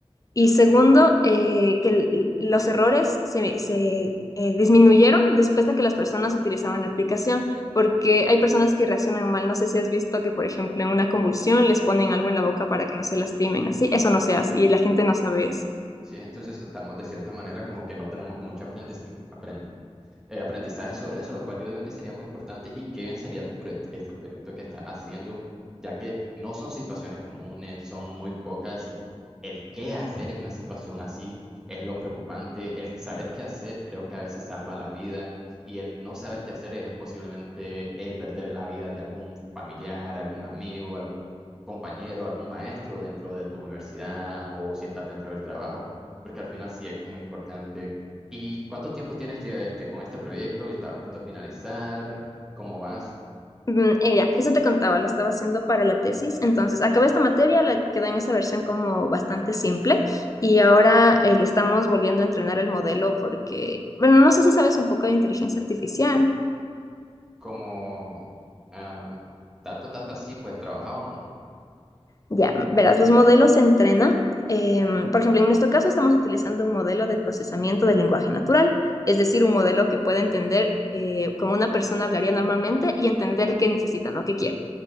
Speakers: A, on the left; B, in the centre.
A: Y segundo, eh, que el- los errores se, se, eh, disminuyeron después de que las personas utilizaban la aplicación, porque hay personas que reaccionan mal. No sé si has visto que, por ejemplo, en una convulsión les ponen algo en la boca para que no se lastimen, así. Eso no se hace y la gente no sabe eso.
B: Sí, entonces estamos de cierta manera como que no tenemos mucho aprendiz- aprendi- eh, aprendizaje sobre eso, lo cual yo digo que sería muy importante y qué bien sería tu proyecto, que es el proyecto que estás haciendo, ya que no son situaciones comunes, son muy pocas y el qué hacer en una situación así es lo preocupante, el saber qué hacer creo que a veces salva la vida y el no saber qué hacer es posiblemente el perder la vida de algún familiar, algún amigo, algún compañero, algún maestro dentro de tu universidad o si estás dentro del trabajo porque al final sí es muy importante. ¿Y cuánto tiempo tienes ya este, con este proyecto? ¿Estás a punto de finalizar? ¿Cómo vas?
A: Mm, Y ya, eso te contaba, lo estaba haciendo para la tesis. Entonces, acabé esta materia, la quedó en esa versión como bastante simple y ahora eh, le estamos volviendo a entrenar el modelo porque, bueno, no sé si sabes un poco de inteligencia artificial.
B: ¿Cómo am, datos, datos así, pues trabajado o no?
A: Ya, verás, los modelos se entrenan. em, por ejemplo, en nuestro caso estamos utilizando un modelo de procesamiento del lenguaje natural, es decir, un modelo que puede entender eh, cómo una persona hablaría normalmente y entender qué necesita, no qué quiere.